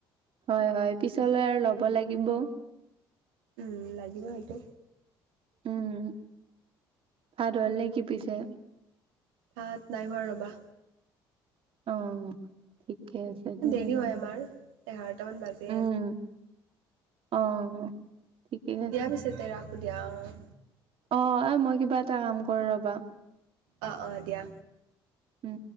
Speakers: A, on the right (about 55°); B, on the right (about 85°).
A: হয় হয় পিছলৈ আৰু ল'ব লাগিব
B: উম লাগিব সেইটো
A: উম ভাত হল নে কি পিছে?
B: ভাত নাই হোৱা ৰ'বা।
A: অ ঠিকে আছে দে
B: দেৰি
A: জনাম
B: হয় আমাৰ এঘাৰটামান বাজে
A: উম অ ঠিকে আছে
B: দিয়া পিছতে
A: দে
B: ৰাখো দিয়া অ
A: অ এ মই কিবা এটা কাম কৰোঁ ৰবা
B: অঁ অঁ দিয়া
A: উম